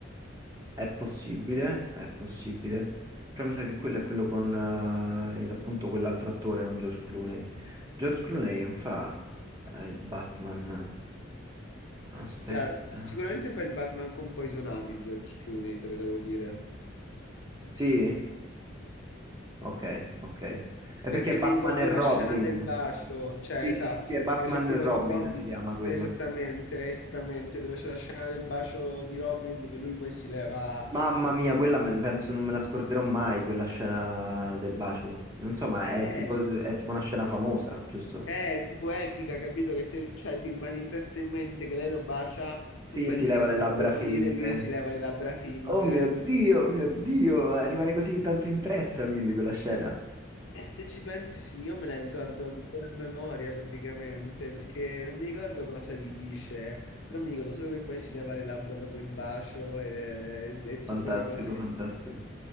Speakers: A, on the right (about 20°); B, on the left (about 75°).
A: È possibile, è possibile, però mi sa che quello è quello con eh, il- appunto quell'altro attore, non George Clooney. George Clooney non fa eh, il Batman. Aspetta.
B: E allora, sicuramente fa il Batman con Poison Ivy, George Clooney, te lo devo dire.
A: Sì? Ok, ok. È perché
B: Perché
A: è Batman
B: mi ricordo
A: e Robin.
B: la scena del bacio, cioè
A: Sì,
B: esatto,
A: sì, sì, sì, è
B: perché
A: Batman
B: c'è quella
A: e Robin
B: con Robin,
A: si chiama quello.
B: esattamente, esattamente, dove c'è la scena del bacio di Robin dove lui poi si leva...
A: Mamma mia, quella me- penso non me la scorderò mai, quella scena del bacio. Non so, ma
B: È,
A: è tipo, è tipo una scena famosa, giusto?
B: è tipo epica, capito? Che te- cioè, ti rimane impressa in mente che lei lo bacia,
A: Sì,
B: tu pensi
A: si leva
B: che
A: le
B: sta
A: labbra
B: per morire
A: finte.
B: e lui si leva le labbra finte.
A: Oh mio Dio, mio Dio, eh, rimane così tanto impressa quindi quella scena.
B: E se ci pensi, sì, io me la ricordo ancora a memoria praticamente, perché non mi ricordo cosa gli dice, però mi ricordo solo che poi si leva le labbra dopo il bacio ed è, ed è tipo
A: Fantastico,
B: una cosa che,
A: fantastico.